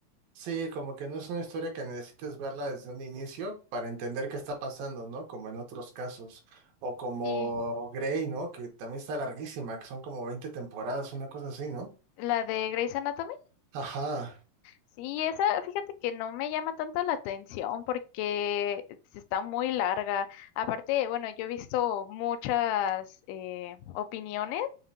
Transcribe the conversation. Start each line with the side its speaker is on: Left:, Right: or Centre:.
Right: Sí, como que no es una historia que necesites verla desde un inicio para entender qué está pasando, ¿no? Como en otros casos. O como
Left: Sí,
Right: Grey, ¿no? Que también está larguísima, que son como 20 temporadas, una cosa así, ¿no?
Left: la de Grey's Anatomy.
Right: Ajá.
Left: Sí, esa, fíjate que no me llama tanto la atención porque s- está muy larga. Aparte, bueno, yo he visto muchas eh, opiniones